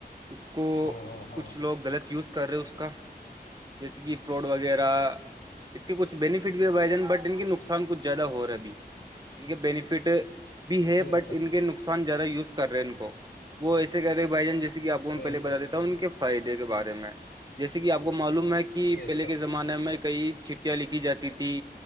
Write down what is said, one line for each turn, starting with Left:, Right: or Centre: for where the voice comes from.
Right: اس کو
Left: ہاں ہاں ہاں
Right: کچھ لوگ غلط یوز کر رہے اس کا جیسے کہ فراڈ وغیرہ اس کے کچھ بینیفٹ بھی بھائی جان بٹ ان کے نقصان کچھ زیادہ ہو رہا ہےبھی ان کے بینیفٹ بھی ہے
Left: بے
Right: بٹ
Left: شک
Right: ان کے نقصان زیادہ یوز کر رہے ہیں ان کو وہ ایسے کر رہے بھائی جان جس کہ آپ کو میں
Left: بے
Right: پہلے
Left: شک
Right: بتا دیتا ہوں ان کے فائدے کے بارے میں جیسے کہ آپ کو معلوم ہے کہ کہ
Left: بے
Right: پہلے
Left: شک
Right: کے زمانے میں کئی چٹیاں لکھی جاتی تھیں